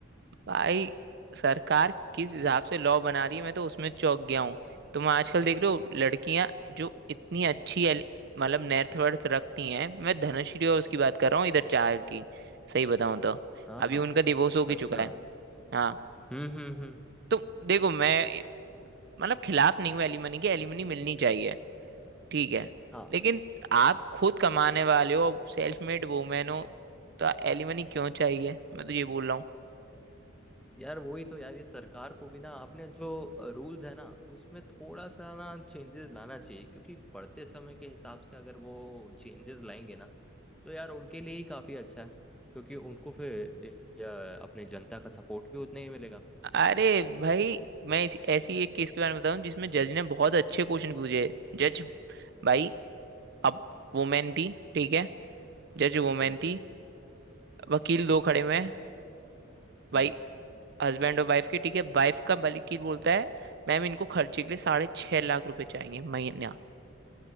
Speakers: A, on the right; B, in the centre.
A: भाई सरकार किस हिसाब से लॉ बना रही है मैं तो उसमें चौंक गया हूँ तुम आजकल देख रहे हो लड़कियां जो इतनी अच्छी एल- मतलब नेट वर्थ रखती हैं मैं धनश्री और उसकी बात कर रहा हूँ इधर चार की सही बताऊँ तो
B: हाँ
A: अभी
B: हाँ
A: उनका डिवोर्स हो भी
B: अच्छा
A: चुका है हाँ
B: हम्म हम्म हम्म
A: तो देखो मैं मतलब खिलाफ नहीं हूँ एलिमनी के एलिमनी मिलनी चाहिए ठीक है
B: हाँ
A: लेकिन आप खुद कमाने वाले हो सेल्फ मेड वुमेन हो तो एलिमनी क्यों चाहिए मैं तो ये बोल रहा हूँ
B: यार वही तो यार ये सरकार को भी ना अपने जो रूल्स है ना उसमें थोड़ा सा ना चेंजेस लाना चाहिए क्योंकि बढ़ते समय के हिसाब से अगर वो चेंजेस लाएंगे ना तो यार उनके लिए ही काफी अच्छा है क्योंकि उनको फिर अ, अपने जनता का सपोर्ट भी उतना ही मिलेगा
A: अरे भाई मैं इस, ऐसी एक केस के बारे में बताऊं जिसमें जज ने बहुत अच्छे क्वेश्चन पूछे जज भाई अब वुमेन थी ठीक है जज वुमेन
B: हम्म
A: थी
B: हम्म
A: वकील दो खड़े हुए हैं
B: हम्म
A: भाई हस्बैंड और वाइफ के ठीक है वाइफ का वकील बोलता है मैम इनको खर्चे के लिए साढ़े छह लाख रुपए चाहिए महीना